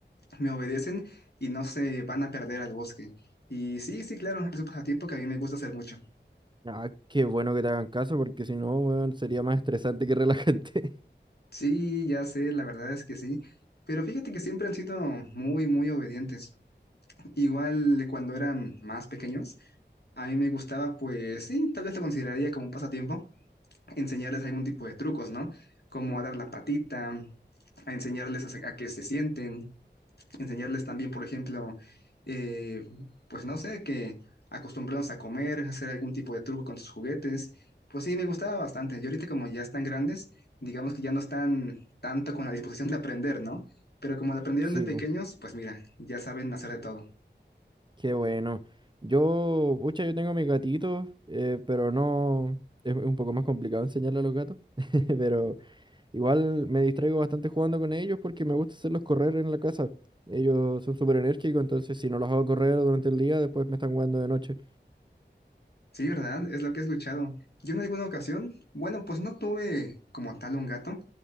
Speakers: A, on the left; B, on the right.
A: me obedecen y no se van a perder al bosque. Y sí, sí, claro, es un pasatiempo que a mí me gusta hacer mucho.
B: Ah, qué bueno que te hagan caso, porque si no, weón, sería más estresante que relajante. <laughs>
A: Sí, ya sé, la verdad es que sí, pero fíjate que siempre han sido muy, muy obedientes. Igual cuando eran más pequeños, a mí me gustaba, pues sí, tal vez lo consideraría como un pasatiempo, enseñarles algún tipo de trucos, ¿no? Como a dar la patita, a enseñarles a, a que se sienten, enseñarles también, por ejemplo, eh, pues no sé, que acostumbrarlos a comer, hacer algún tipo de truco con sus juguetes. Pues sí, me gustaba bastante. Y ahorita como ya están grandes, digamos que ya no están tanto con la disposición de aprender, ¿no? Pero como lo aprendieron
B: Sí,
A: de pequeños,
B: pues,
A: pues mira, ya saben hacer de todo.
B: qué bueno. Yo, pucha, yo tengo mis gatitos, eh, pero no, es un poco más complicado enseñarle a los gatos, <laughs> pero... Igual me distraigo bastante jugando con ellos porque me gusta hacerlos correr en la casa. Ellos son súper enérgicos, entonces si no los hago correr durante el día, después me están jugando de noche.
A: Sí, ¿verdad? Es lo que he escuchado. Yo en alguna ocasión, bueno, pues no tuve como tal un gato,